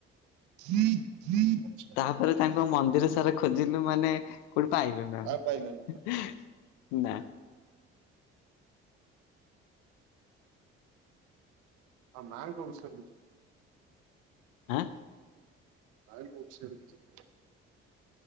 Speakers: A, on the right; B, on the left.
A: <unintelligible>
B: ତାପରେ ତାଙ୍କ ମନ୍ଦିର ସାରା ଖୋଜିଲୁ ମାନେ କୋଉଠି ପାଇଲୁ ନା ଆମେ।
A: ଆଉ ପାଇଲାନି।
B: ନା।
A: ଆଉ ମାଙ୍କ ବିଷୟରେ କିଛି କୁହ
B: ଆଁ।
A: <unintelligible>